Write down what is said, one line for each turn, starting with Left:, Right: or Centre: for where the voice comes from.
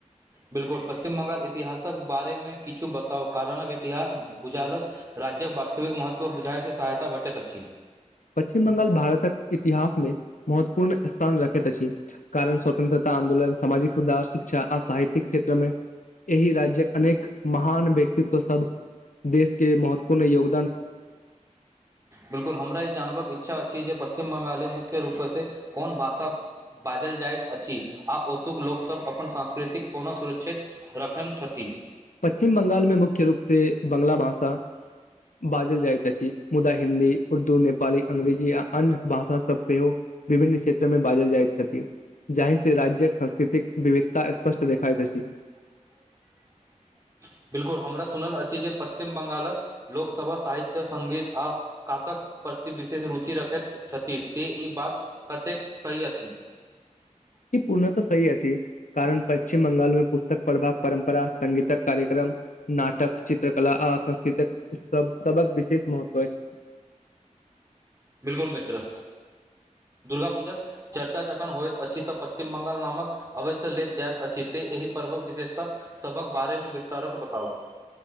Right: बिलकुल पश्चिम बंगाल एतिहासक बारेमे किछु बताउ कारणक इतिहास भुजालस रह राज्यक वास्तविक महत्व बुझाइ से सहायता भटैत अछि
Left: पश्चिम बंगाल भारतक इतिहासमे महत्वपूर्ण स्थान रखैत अछि कारण स्वतंत्रता आन्दोलन सामाजिक सुधार शिक्षा आ साहित्यिक क्षेत्रमे एहि राज्य्यक अनेक महान व्यक्तित्व सब देशके महत्वपूर्ण योग
Right: बिलकुल हमरा ई जानबक इच्छा अछि जे पश्चिम बंगालमे मुख्य रूपसँ कोन भाषा बाजल जाइत अछि आ ओतुक लोकसभ अपन संस्कृतिक कोना सुरक्षित रखैन छथि
Left: पश्चिम बंगाल मे मुख्य रूप से बांगला भाषा बाजल जाइत अछि मुदा हिन्दी उर्दू नेपाली अंग्रेजी आ अन्य भाषा सभ सेहो विभिन्न क्षेत्रमे बाजल जाइत छथि जाहिसँ राज्यक संस्कृतिक विविधता स्पष्ट देखाइत अछि
Right: <unintelligible> बिल्कुल हमरा सुनल अछि जे पश्चिम बंगालक लोकसभा साहित्य सङ्गीत आ कातक प्रति विशेष रुचि रखैत छथि ते ई बात कतेक सही अछि <unintelligible>
Left: ई पूर्णःत सही अछि कारण पश्चिम बंगाल मे पुस्तक प्रभाक परम्परा संगीत कार्यक्रम नाटक चित्रकला आ संस्कृतिक उत्सव सबक विशेष महत्व छै
Right: बिलकुल मित्र दुर्गा पूजाक चर्चा जखन होइत अछि तऽ पश्चिम बंगाल नामक अवश्य लैत जाइत अछि एहि पर्वक विशेषता सभक बारेमे विस्तारसँ बताउ